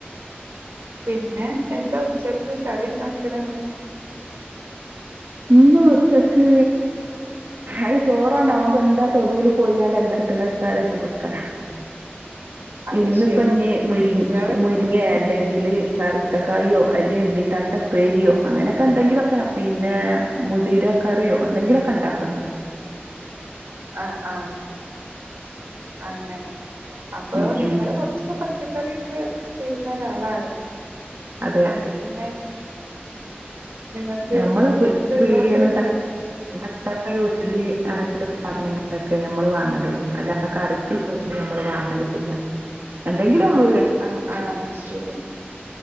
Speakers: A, on the right; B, on the right.
A: പിന്നെ എന്താ ഉച്ചക്ക് കറി ഉണ്ടാക്കണന്ന്
B: ഇന്ന് ഉച്ചക്ക് അത് ചോറണ്ടാവുമ്പോ എന്താ തൊടുൽ പോയിണ്ട് എന്താ കിട്ടുണ് തല ഇട്ടങ്ങട്ക്കവെക്കല
A: <inaudible>
B: ഇന്ന്പ്പഞ്ഞ്മുരി
A: ശരി
B: മുരി
A: നിങ്ങള്
B: മുരിങ്ങ അല്ലെങ്കിൽ കറുത്തക്കായോ അല്ലെങ്ക എണ്ണിത്തട്ടപ്പേരിയോ അങ്ങനെയൊക്കെ എന്തെങ്കിലുമൊക്കെ പിന്നെ മുതിര കറിയോ എന്തെങ്കിലുമൊക്കെ ഉണ്ടാക്കണം.
A: ആഹ ആഹ അങ്ങനെ അപ്പൊ
B: ഉം ഉം
A: നിങ്ങള് കൊറച്ചൊക്കെ പച്ച ചച്ചക്കറി ഒക്കെചെയ്യുന്ന ഒരാളാണ്
B: അതെ
A: അപ്പൊ പിന്നെ ഉ നിങ്ങക്ക്
B: ഞമ്മള്
A: വീട്ടിലുള്ളാണ്ട്.
B: പി പീടിയേന്ന് ത തക്കാളി ഉള്ളി ഉള്ളി അങ്ങനത്തെ സാധനങ്ങളൊക്കെ നമ്മൾ വാങ്ങലുള്ളു അല്ലാ കറിക്ക്ള്ളന്നും നമ്മൾ വാങ്ങലില്ല എന്തെങ്കിലും വേ
A: ആഹ് ആഹ് ശരി